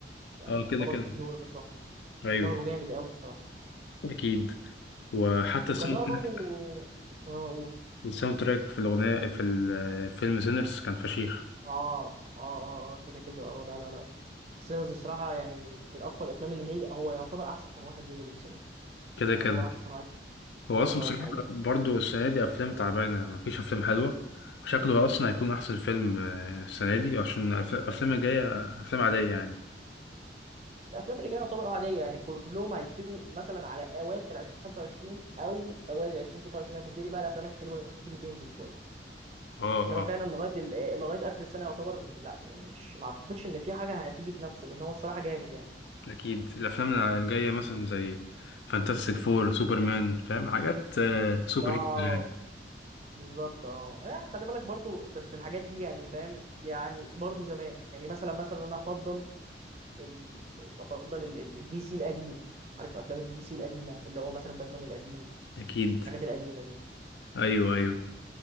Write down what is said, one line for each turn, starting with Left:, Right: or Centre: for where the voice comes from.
Right: يعني
Left: اه
Right: يعتبر
Left: كده كده
Right: كيلو هو شهر
Left: ايوه
Right: شهره جامد قوي الصراحه
Left: اكيد وحتى
Right: وكان
Left: الساوند
Right: ظهر
Left: تراك
Right: برضو اه و-
Left: الساوند تراك في الاغنيه في الفيلم سينرز كان فشيخ
Right: اه اه اه آه، كده كده اه لا لا لا سيلز الصراحه يعني من من اقوى الافلام اللي هي هو يعتبر احسن واحد نزل السنه دي
Left: كده كده
Right: يعتبر احسن واحد
Left: هو اصلا
Right: اه
Left: بصراحه
Right: دي حقيقه
Left: برضه السنه دي افلام تعبانه مفيش افلام حلوه شكله اصلا هيكون احسن فيلم آه، السنه دي عشان الأف- الافلام الجايه افلام عاديه يعني
Right: الافلام اللي جايه يعتبر اه عاديه يعني كلهم هيبتدوا مثلا على اواخر 2025 او اوائل 2026 هتبتدي بقى الافلام الحلوه تبتدي تنزل شويه
Left: اه
Right: انما
Left: اه
Right: فعلا لغايه ال- آه، لغايه اخر السنه يعتبر م- لا يعني مش ما اعتقدش ان في حاجه هتيجي تنافسه لان هو الصراحه جامد يعني
Left: اكيد الافلام الجايه مثلا زي فانتاستيك فور سوبرمان فاهم حاجات آه، سوبر
Right: ده
Left: هيروز يعني.
Right: بالظبط اه يعني خلي بالك برضو بس الحاجات دي يعني فاهم يعني برضو زمان يعني مثلا مثلا انا افضل ال... افضل ال- ال- الدي سي القديم عارف افلام الدي سي القديمه اللي هو مثلا باتمان القديم
Left: اكيد
Right: الحاجات القديمه دي
Left: ايوه ايوه